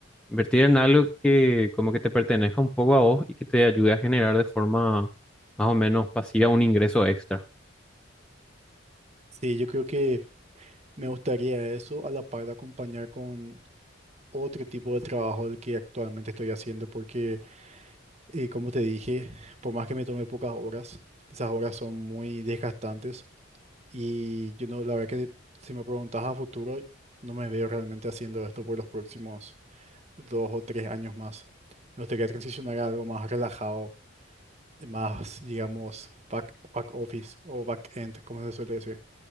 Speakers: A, in the centre; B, on the right.
A: invertir en algo que como que te pertenezca un poco a vos y que te ayude a generar de forma más o menos pasiva un ingreso extra.
B: Sí, yo creo que me gustaría eso a la par de acompañar con otro tipo de trabajo del que actualmente estoy haciendo, porque eh, como te dije, por más que me tome pocas horas, esas horas son muy desgastantes y yo no, la verdad que si me preguntas a futuro, no me veo realmente haciendo esto por los próximos dos o tres años más. Me gustaría transicionar a algo más relajado, más, digamos, back, back office o back end, como se suele decir.